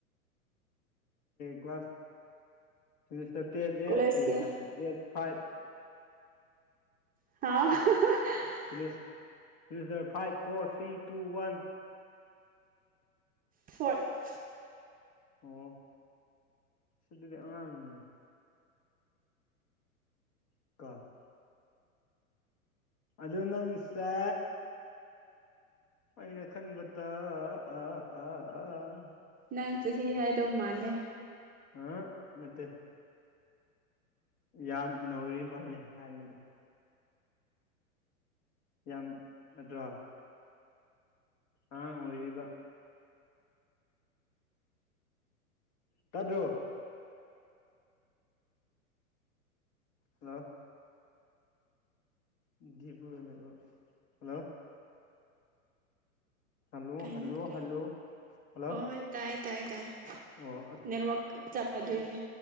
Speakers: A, on the left (about 40°); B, on the right (about 20°).
A: class semester ten eight
B: ꯀꯣꯂꯦꯖꯀꯤ
A: ten ꯍꯥꯏ ꯑꯦꯠ ꯐꯥꯏꯚ
B: <unintelligible>
A: ꯀꯣꯂꯦꯁ semester five four three two one
B: ꯐꯔꯣꯠ
A: ꯑꯣ ꯑꯗꯨꯗꯤ ꯑꯉꯥꯡꯅꯤꯅꯦ <unintelligible> ꯑꯗꯨ ꯅꯪꯁꯦ ꯑꯩꯅ ꯈꯟꯕꯗ ꯑ ꯑ ꯑꯥ ꯑꯥ
B: ꯅꯪ ꯆꯍꯤ ꯍꯥꯏꯗꯧ ꯃꯥꯜꯂꯦ
A: ꯑꯥ ꯅꯠꯇꯦ ꯌꯥꯝ ꯅꯧꯔꯤ ꯃꯥꯜꯂꯦ ꯍꯥꯏꯝꯅꯤꯗ ꯌꯥꯝ ꯅꯠꯇ꯭ꯔꯣ ꯑꯉꯥꯡ ꯑꯣꯏꯔꯤꯕ ꯇꯥꯗꯔꯣ ꯍꯜꯂꯣ <unintelligible> ꯍꯜꯂꯣ ꯍꯜꯂꯣ
B: ꯀꯩꯅꯣ
A: ꯍꯜꯂꯣ
B: ꯀꯩ
A: ꯍꯜꯂꯣ ꯍꯜꯂꯣ
B: ꯑꯣ ꯇꯥꯏ ꯇꯥꯏ ꯇꯥꯏ
A: ꯑꯣ
B: ꯅꯦꯠꯋꯥꯛ ꯆꯞꯄ ꯑꯗꯨꯏꯅꯦ